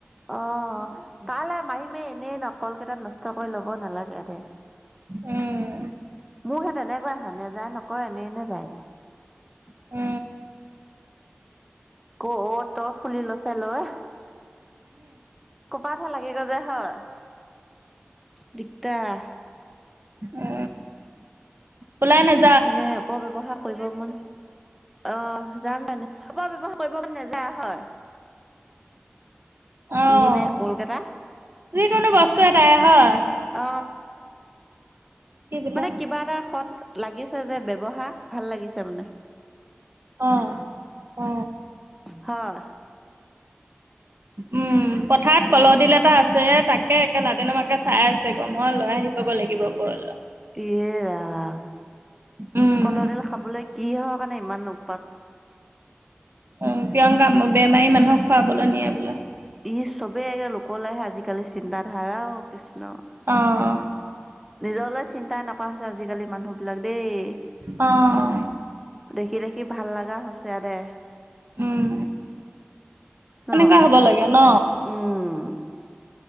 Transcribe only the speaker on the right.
উম।
অ,
অ, ওলাই নায
অ
যিকোনো বস্তু এটা এ হয়।
কি বোলে
অ অ
উম, পথাৰত
কলদিল এটা আছে তাকে লাতে নামাকে চাই আছে গ মই লৈ আহি পাব লাগিব গ লগ
উম
অ, প্ৰিয়ংকা বেমাৰী মানুহক খুৱাবলৈ নিয়ে বোলে।
অ, অ,
অ, অ,
উম,
এনেকুৱা হ'ব লাগে ন